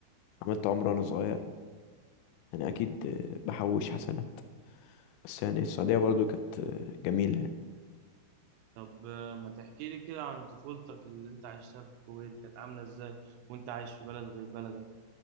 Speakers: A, on the left (about 90°); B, on the right (about 85°).
A: عملت عمرة وأنا صغير يعني أكيد آه، بحوش حسنات بس يعني السعودية برضو كانت جميلة يعني
B: طب آه، ما تحكي لي كده عن طفولتك اللي انت عشتها في الكويت كانت عاملة ازاي وانت عايش في بلد غير بلدك